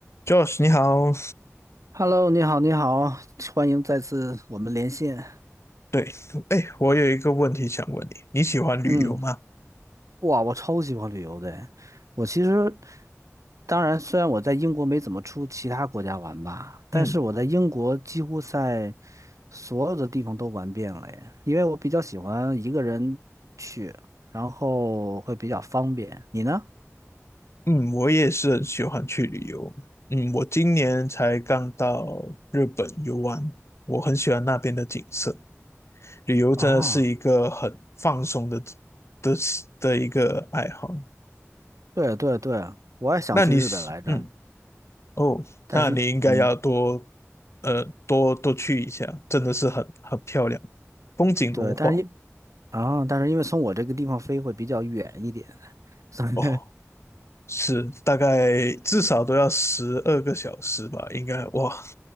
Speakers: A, on the left; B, on the right.
A: Josh，你好。
B: Hello，你好，你好，欢迎再次我们连线。
A: 对，哎，我有一个问题想问你，你喜欢旅游吗？
B: 嗯，哇，我超喜欢旅游的。我其实，当然，虽然我在英国没怎么出其他国家玩吧，但是我在英国几乎在
A: 嗯
B: 所有的地方都玩遍了耶。因为我比较喜欢一个人去，然后会比较方便。你呢？
A: 嗯，我也是很喜欢去旅游。嗯，我今年才刚到日本游玩，我很喜欢那边的景色。旅游真的是一个很放松的
B: 啊，
A: 的的一个爱好。
B: 对对对，我也想去日本来着，
A: 那你是嗯哦，
B: 但是，
A: 那你应该要多
B: 嗯，
A: 呃多多去一下，真的是很很漂亮，风景如画。
B: 对，但是因啊，但是因为从我这个地方飞会比较远一点。<laughs> 所以
A: 哦，是大概至少都要十二个小时吧，应该哇